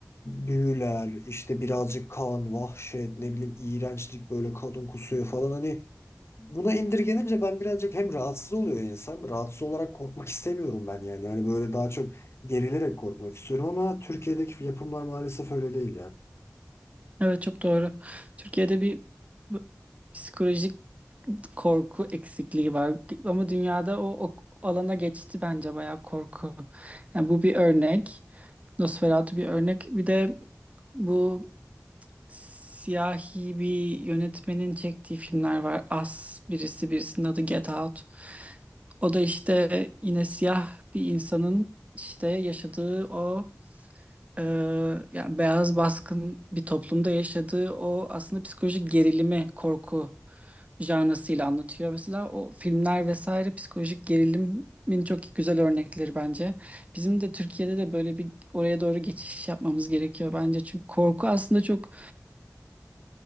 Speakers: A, on the left; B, on the right.
A: büyüler, işte birazcık kan, vahşet, ne bileyim iğrençlik böyle kadın kusuyor falan hani buna indirgenince ben birazcık hem rahatsız oluyor insan. Rahatsız olarak korkmak istemiyorum ben yani. Hani böyle daha çok gerilerek korkmak istiyorum ama Türkiye'deki yapımlar maalesef öyle değil ya.
B: Evet çok doğru. Türkiye'de bir bu- psikolojik korku eksikliği var. Ama dünyada o, o alana geçti bence bayağı korku. Yani bu bir örnek. Nosferatu bir örnek. Bir de bu siyahi bir yönetmenin çektiği filmler var. As birisi birisinin adı Get Out. O da işte yine siyah bir insanın işte yaşadığı o ee, yani beyaz baskın bir toplumda yaşadığı o aslında psikolojik gerilimi, korku janrasıyla anlatıyor. Mesela o filmler vesaire psikolojik gerilimin çok güzel örnekleri bence. Bizim de Türkiye'de de böyle bir oraya doğru geçiş yapmamız gerekiyor bence. Çünkü korku aslında çok